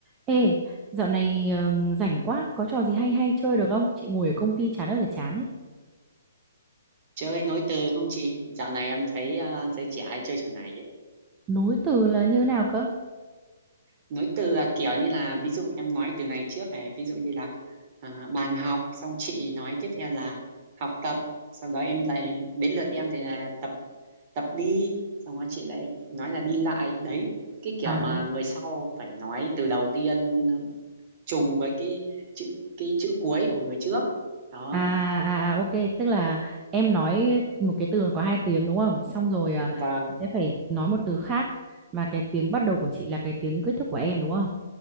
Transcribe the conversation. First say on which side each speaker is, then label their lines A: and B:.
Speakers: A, on the right; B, on the right.
A: Ê, dạo này ờ, rảnh quá, có trò gì hay hay chơi được không? Chị ngồi ở công ty chán ơi là chán ấy.
B: Chơi nối từ không chị? Dạo này em thấy ờ, giới trẻ hay chơi trò này ấy.
A: Nối từ là như nào cơ?
B: Nối từ là kiểu như là ví dụ em nói từ này trước này, ví dụ như là à, bàn học, xong chị nói tiếp theo là học tập, sau đó em lại đến lượt em thì là tập tập đi, xong rồi chị lại nói là đi lại. Đấy, cái kiểu
A: À,
B: mà người sau phải nói từ đầu tiên trùng với cái chữ cái chữ cuối của người trước. Đó,
A: À, à, à, ok, tức là em nói một cái từ có hai tiếng đúng không? Xong rồi ờ,
B: vâng,
A: chị sẽ phải nói một từ khác mà cái tiếng bắt đầu của chị là cái tiếng kết thúc của em đúng không?